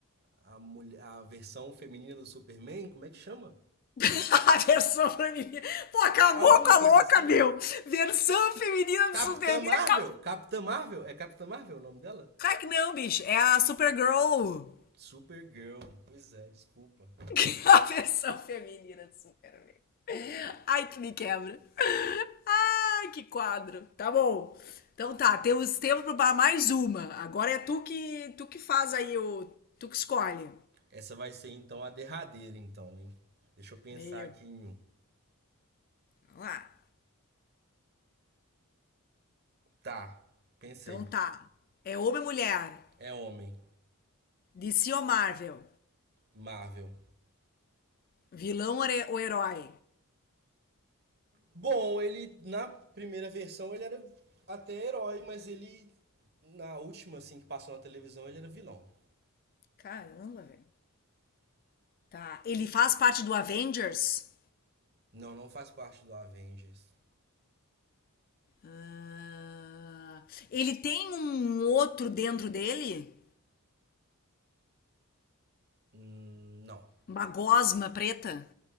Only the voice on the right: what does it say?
a, mulher, a versão feminina do Superman, como é que chama?
Alguma
coisa
assim.
Capitã
Marvel?
Capitã Marvel? É Capitã Marvel o nome dela?
Supergirl. Pois é, desculpa.
Essa vai ser então a derradeira, então, hein? Deixa eu pensar
aqui em um.
Tá, pensei.
É homem.
Marvel.
Bom, ele na primeira versão ele era até herói, mas ele na última assim que passou na televisão ele era vilão.
Não, não faz parte do Avengers.
Hum, não.